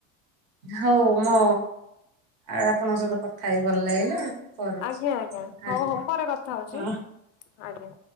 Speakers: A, on the right; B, on the left.
A: ହୋଉ ମୁଁ ଆପଣଙ୍କ ସହିତ କଥା ହେଇ ଭଲ ଲାଗିଲା। କରୁଛି
B: ଆଜ୍ଞା ଆଜ୍ଞା ହଁ
A: ଆଜ୍ଞା।
B: ହଉ ପରେ କଥା ହଉଛି
A: ହଁ
B: ଆଜ୍ଞା।